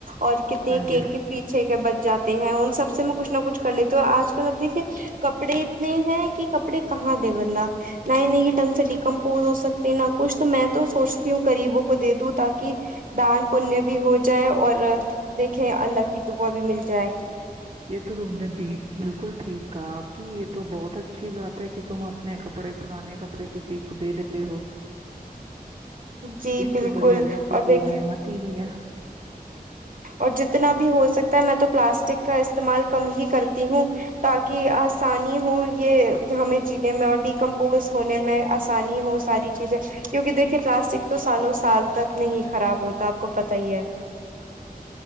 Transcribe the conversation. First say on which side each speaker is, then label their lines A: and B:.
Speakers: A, on the right; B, on the right.
A: اور کیک
B: ہاں جی
A: کے پیچھے کے بچ جے ہیں ان سب سے میں کھ نہ کچھ کر لی تو آج کل اب دیکھیے کپڑے اتنے ہیں کہ کپڑے کہاں دیں بندہ نئے نئے ڈھنگ سے ڈیکمپوز ہو سکتے ہیں نہ کچھ تو میں تو سوچتی ہوں گریبوں کو دے دوں تاکہ دان پنیہ بھی ہو جائے اور دیکھیں اللہ کی دعا بھی ملتی چائے
B: یہ تو تم نے بالکل ٹھیک کہا اپھی یہ تو بہت اچھی بات ہے کہ تم اپنے کپڑے پرانے کپڑے کسی کو دے دیتے ہو
A: جی
B: اس
A: بالکل
B: سے بڑی اللہ کی
A: اور
B: کوئی
A: دیکھیے
B: رحمت ہی نہیں ہے
A: اور جتنا بھی ہو سکتا ہے میں تو پلاسٹک کا استعمال کم ہی کرتی ہوں تاکہ آسانی ہو یہ ہمیں جینے میں اور ڈیکمپوز ہونے میں آسانی ہو ساری چیزیں کیونکہ دیکھے پلاسٹک تو سالوں سال تک نہیں خراب ہوتا آپ کو پت ہی ہے